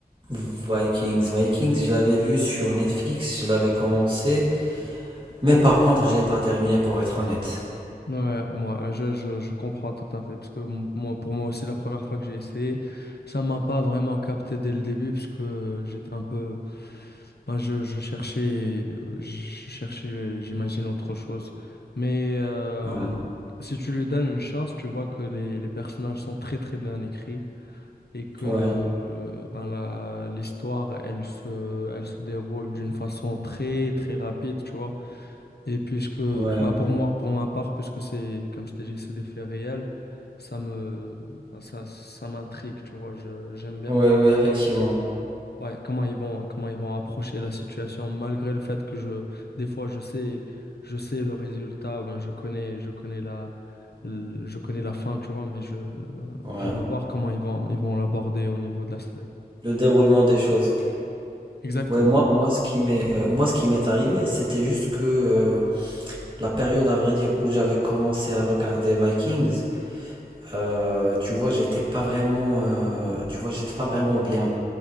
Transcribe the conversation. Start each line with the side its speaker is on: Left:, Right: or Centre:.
Right: Vikings, Vikings, je l'avais vu sur Netflix, je l'avais commencé, mais par contre, je l'ai pas terminé pour être honnête.
Left: Ouais, ouais, moi, euh, je, je, je comprends tout à fait, parce que m- moi, pour moi aussi, la première fois que j'ai essayé, ça m'a pas vraiment capté dès le début, parce que j'étais un peu, ben, je, je cherchais, euh, je cherchais, euh, j'imagine autre chose. Mais euh,
Right: Ouais,
Left: si tu lui donnes une chance, tu vois que les, les personnages sont très très bien écrits et que
Right: ouais,
Left: le, euh, ben, la, l'histoire, elle se, elle se déroule d'une façon très très rapide, tu vois. Et puisque,
Right: ouais,
Left: bah pour moi, pour ma part, puisque c'est, comme je t'ai dit, c'est des faits réels, ça me, bah, ça, ça m'intrigue, tu vois. Je, j'aime bien
Right: ouais,
Left: voir
Right: ouais,
Left: comment
Right: effectivement.
Left: ils vont, ouais, comment ils vont, comment ils vont approcher la situation, malgré le fait que je, des fois, je sais, je sais le résultat, ben, je connais, je connais la, le- je connais la fin, tu vois, mais je, euh,
Right: Ouais.
Left: je veux voir comment ils vont, ils vont l'aborder au niveau de la série.
Right: Le déroulement des choses.
Left: Exactement,
Right: Ouais, moi,
Left: ouais.
Right: moi, ce qui m'est, euh, moi, ce qui m'est arrivé, c'était juste que euh, la période, à vrai dire, où j'avais commencé à regarder Vikings, euh, tu vois, j'étais pas vraiment, euh, tu vois, j'étais pas vraiment bien.